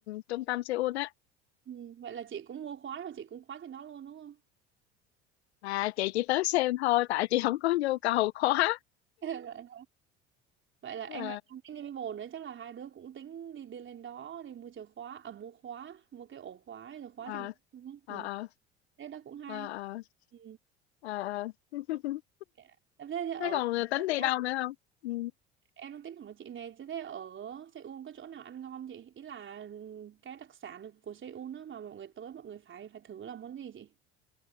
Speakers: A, on the left; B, on the right.
A: trung tâm Seoul á.
B: Ừ, vậy là chị cũng mua khóa rồi chị cũng khóa trên đó luôn đúng không?
A: Mà chị chỉ tới xem thôi tại chị không có nhu cầu quá.
B: <laughs> vậy Vậy là em
A: Ờ.
B: em đang tính đi với bồ nữa chắc là hai đứa cũng tính đi đi lên đó đi mua chìa khóa à mua khóa mua cái ổ khóa ấy, rồi khóa
A: Ờ,
B: trên đó luôn á.
A: ờ,
B: ừ.
A: ờ,
B: Thế đó cũng hay.
A: ờ, ờ,
B: Ừ.
A: ờ, ờ. <laughs>
B: Dạ. Thế thế ở,
A: Thế còn tính đi
B: ở
A: đâu nữa không? Ừ.
B: em đang tính hỏi chị nè thế thế ở Seoul có chỗ nào ăn ngon chị? Ý là ừ, cái đặc sản của Seoul đó mà mọi người tới mọi người phải phải thử là món gì chị?